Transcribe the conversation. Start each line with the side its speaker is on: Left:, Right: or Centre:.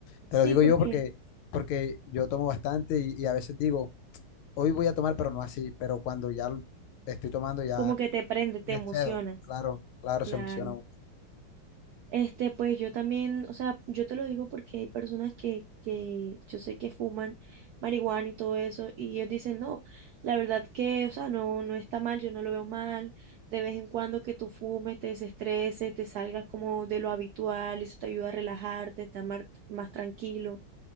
Left: te
Right: Sí,
Left: lo digo
Right: porque
Left: yo porque, porque yo tomo bastante y, y a veces digo, hoy voy a tomar, pero no así, pero cuando ya l- estoy tomando ya
Right: como que te prende, te
Left: me
Right: emocionas.
Left: excedo, claro, claro,
Right: Claro.
Left: se emociona uno.
Right: Este, pues yo también, o sea, yo te lo digo porque hay personas que, que yo sé que fuman marihuana y todo eso, y ellos dicen, no, la verdad que, o sea, no, no está mal, yo no lo veo mal, de vez en cuando que tú fumes, te desestreses, te salgas como de lo habitual, eso te ayuda a relajarte, estar mar- más, tranquilo.